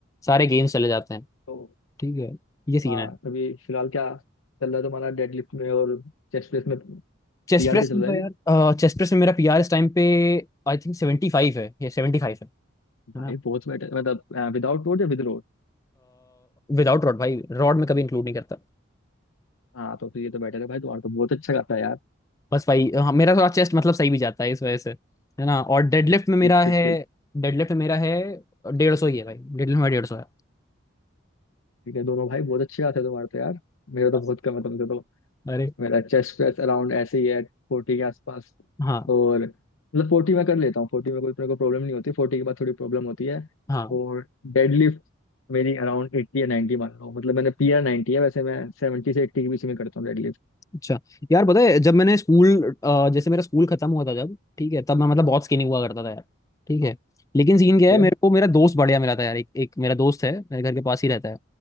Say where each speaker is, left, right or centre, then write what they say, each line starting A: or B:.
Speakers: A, on the left; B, on the left.
A: सारे गेम्स चले जाते हैं
B: तो
A: ठीक है ये सीन
B: हाँ
A: है
B: अभी फिलहाल क्या चल रहा है तुम्हारा डेडलिफ्ट में और चेस्ट प्रेस में
A: चेस्ट
B: पीआर
A: प्रेस
B: के चल
A: में
B: रहा
A: तो
B: है
A: यार
B: अभी
A: चेस्ट प्रेस में मेरा पीआर इस टाइम पे आई थिंक सेवेंटी फाइव है ये सेवेंटी फाइव है है
B: भाई
A: ना
B: बहुत बेटर मतलब विदाउट रोड या विद रोड
A: विदाउट रॉड भाई रॉड में कभी इंक्लूड नहीं करता
B: हाँ तो फिर ये तो बेटर है भाई तुम्हारा तो बहुत अच्छा गाता है यार
A: बस वही हाँ, मेरा थोड़ा चेस्ट मतलब सही भी जाता है इस वजह से है ना और डेडलिफ्ट में मेरा
B: ठीक ठीक
A: है
B: ठीक
A: डेडलिफ्ट में मेरा है डेढ़ सौ ही है भाई डेडलिफ्ट में डेढ़ सौ है
B: ठीक है दोनों भाई बहुत अच्छे गाते हैं तुम्हारे तो यार मेरा तो
A: बस
B: बहुत कम है तुमसे तो।
A: अरे
B: मेरा चेस्ट प्रेस अराउंड ऐसे ही है फोर्टी के आसपास
A: हाँ
B: और मतलब फोर्टी में कर लेता हूँ फोर्टी में कोई मेरे को प्रॉब्लम नहीं होती फोर्टी के बाद थोड़ी प्रॉब्लम होती है
A: हाँ
B: और डेडलिफ्ट मेरी अराउंड एट्टी या नाइन्टी मान लो मतलब मैंने पीआर नाइन्टी है वैसे मैं सेवेंटी से एट्टी के बीच में करता हूँ डेडलिफ्ट
A: अच्छा यार पता है जब मैंने स्कूल अ, जैसे मेरा स्कूल खत्म हुआ था जब ठीक है तब मैं मतलब बहुत स्किनी हुआ करता था यार ठीक है लेकिन सीन
B: ठीक
A: क्या है
B: है
A: मेरे को मेरा दोस्त बढ़िया मिला था यार एक, एक मेरा दोस्त है मेरे घर के पास ही रहता है